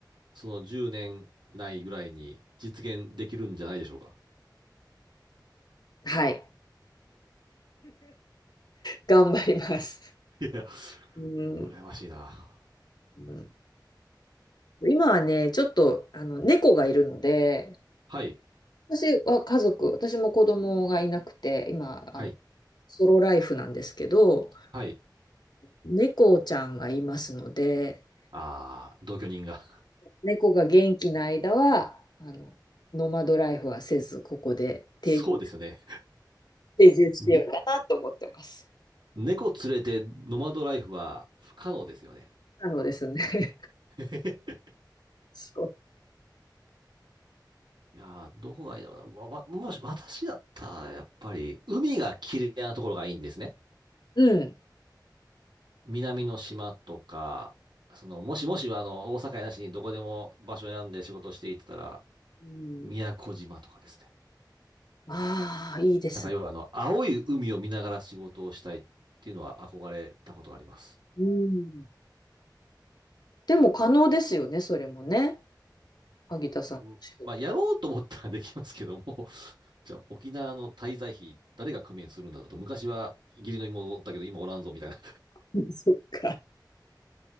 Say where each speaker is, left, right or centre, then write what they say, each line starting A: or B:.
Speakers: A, on the right (about 80°); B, on the left (about 65°).
A: その10年ないぐらいに実現できるんじゃないでしょうか。
B: はい。頑張ります。
A: いやいや、
B: うん。
A: 羨ましいな。
B: うん、今はね、ちょっとあの猫がいるので、
A: はい、
B: 私は家族、私も子供がいなくて、今、
A: はい、
B: あの、ソロライフなんですけど、
A: はい。
B: 猫ちゃんがいますので、
A: あー、同居人が。<laughs>
B: 猫が元気な間は、あの、ノマドライフはせず、ここで定住、
A: そうですよね。
B: 定住してようかなと思ってます。
A: ん猫連れてノマドライフは不可能ですよね。
B: なのですね。
A: <laughs>
B: <laughs> そう。
A: いやー、どこがいいだろうな。わわもし、私だったら、やっぱり、海が綺麗なところがいいんですね。
B: うん。
A: 南の島とか、その、もしもし、あの、大阪やなしにどこでも場所を選んで仕事をしていってたら、
B: うん。
A: 宮古島とかですね。
B: ああ、いいですね。
A: なんか、要は、あの、青い海を見ながら仕事をしたいっていうのは憧れたことがあります。
B: うん。でも可能ですよね、それもね。萩田さんの仕事。
A: あのうんまあ、やろうと思ったらできますけども、<laughs> じゃあ、沖縄の滞在費、誰が工面するんだと、昔は義理の妹だったけど、今おらんぞ、みたいな
B: <laughs> そっか。